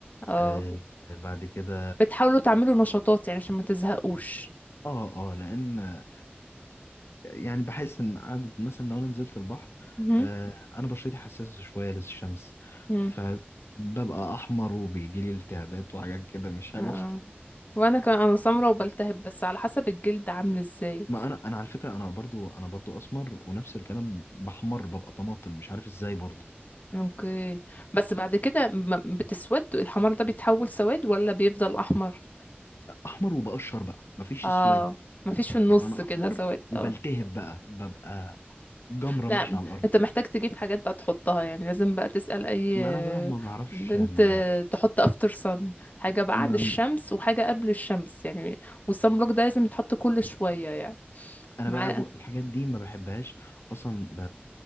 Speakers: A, on the left; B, on the left.
A: اه
B: آه، بعد كده
A: بتحاولوا تعملوا نشاطات يعني عشان ما تزهقوش
B: اه اه لان آه، يعني بحس ان قعدة مثلا لو انا نزلت البحر
A: مهم.
B: آه، انا بشرتي حساسة شوية للشمس
A: مم.
B: فببقى احمر وبيجي لي التهابات وحاجات كده مش حلوة
A: اه
B: <laughs>
A: وانا كمان انا سمرة وبلتهب بس على حسب الجلد عامل ازاي
B: ما انا انا على فكرة انا برضو انا برضو اسمر ونفس الكلام بحمر ببقى طماطم مش عارف ازاي برضو
A: اوكي بس بعد كده ما- بتسود الحمار ده بيتحول سواد ولا بيفضل احمر
B: احمر وبقشر بقى مفيش
A: اه
B: اسود
A: مفيش في النص
B: يعني انا
A: كده
B: احمر
A: سواد
B: وبلتهب
A: اه
B: بقى ببقى جمرة
A: لا
B: ماشية على الارض
A: انت محتاج تجيب حاجات بقى تحطها يعني لازم بقى تسأل اي
B: ما
A: آه،
B: انا بقى ما بعرفش
A: بنت
B: ال...
A: آه، تحط افتر صن حاجة بعد
B: ما
A: الشمس وحاجة قبل الشمس يعني والصن بلوك ده لازم يتحط كل شوية يعني
B: انا
A: مع
B: بقى بو... الحاجات دي ما بحبهاش اصلا ب...